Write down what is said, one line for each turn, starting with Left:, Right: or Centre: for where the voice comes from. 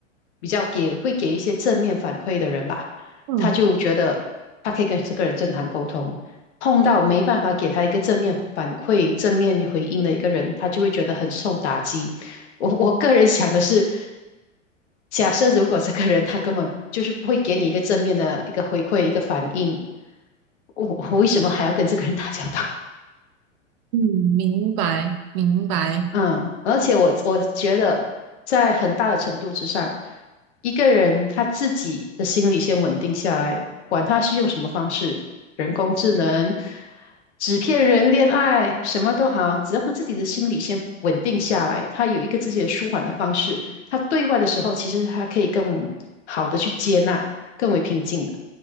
Left: 比较给会给一些正面反馈的人吧，
Right: 嗯
Left: 他就觉得他可以跟这个人正常沟通。碰到没办法给他一个正面反馈、正面回应的一个人，他就会觉得很受打击。我我个人想的是，假设如果这个人他根本就是不会给你一个正面的一个回馈，一个反应，我我为什么还要跟这个人打交道？
Right: 嗯，明白明白。
Left: 嗯，而且我我觉得，在很大的程度之上，一个人他自己的心理先稳定下来，管他是用什么方式，人工智能、纸片人恋爱，什么都好，只要他自己的心理先稳定下来，他有一个自己的舒缓的方式，他对外的时候，其实他可以更好的去接纳，更为平静的。